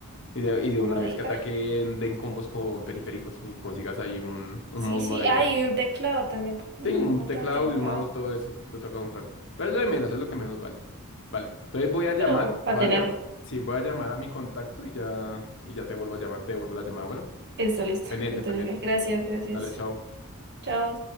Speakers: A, on the left (about 60°); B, on the right (about 50°).
A: Y de, y de
B: La
A: una
B: moradita.
A: vez que ataquen, den combos con periféricos y consigas ahí un, un
B: Sí,
A: mouse
B: sí.
A: moradito.
B: Ah, y un teclado también, porque
A: Sí,
B: no,
A: un
B: no
A: teclado
B: tengo teclado.
A: y un mouse, todo eso te toca comprar. Pero es lo de menos, es lo que menos vale. Vale, entonces voy a llamar,
B: Pero
A: voy
B: para tenerlo.
A: a, llam- sí, voy a llamar a mi contacto y ya, y ya te vuelvo a llamar, te vuelvo la llamada. Bueno,
B: Listo, listo.
A: pendiente,
B: Entonces,
A: pendiente.
B: gracias, gracias.
A: Dale, chao.
B: Chao.